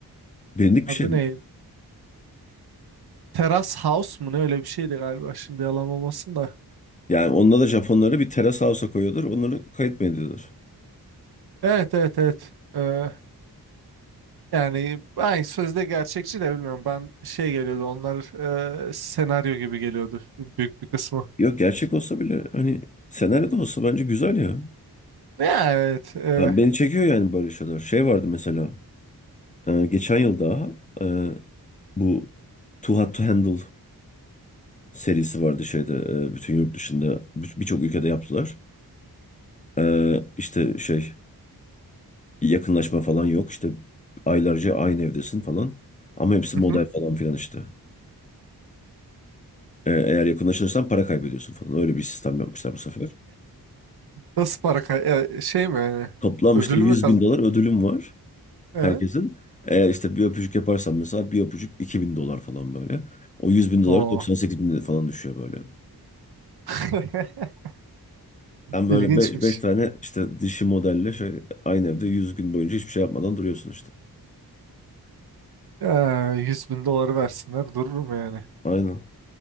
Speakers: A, on the left; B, on the right.
A: bilindik
B: adı
A: bir şey mi?
B: ne? Terrace House mu ne öyle bir şeydi galiba şimdi yalan olmasın da.
A: Yani onda da Japonlara bir terrace house'a koyuyorlar. Onları kayıt mı ediyorlar?
B: Evet evet evet. E, Yani ay sözde gerçekçi de bilmiyorum. Ben şey geliyordu onlar e, senaryo gibi geliyordu büyük bir kısmı.
A: Yok gerçek olsa bile hani senaryo da olsa bence güzel ya.
B: Ya evet. e,
A: Abi beni çekiyor yani böyle şeyler. Şey vardı mesela. e, geçen yıl daha e, bu Too Hot to Handle serisi vardı şeyde. e, bütün yurt dışında bir- birçok ülkede yaptılar. E, işte şey yakınlaşma falan yok. İşte aylarca aynı evdesin falan. Ama hepsi
B: hı
A: model
B: hı.
A: falan filan işte. E, eğer yakınlaşırsan para kaybediyorsun falan. Öyle bir sistem yapmışlar bu sefer.
B: Nasıl para kay- e, şey mi yani
A: Toplam
B: ödülü
A: işte yüz
B: mü kaz
A: bin dolar ödülüm var.
B: Evet.
A: herkesin. Eğer işte bir öpücük yaparsan mesela bir öpücük 2000 dolar falan böyle. O yüz bin dolar
B: Oo.
A: doksan sekiz bin falan düşüyor böyle.
B: <laughs>
A: Ben böyle
B: İlginçmiş.
A: be- 5 tane işte dişi modelle şey, aynı evde 100 gün boyunca hiçbir şey yapmadan duruyorsun işte.
B: Ee, 100 bin doları versinler dururum yani.
A: Aynen.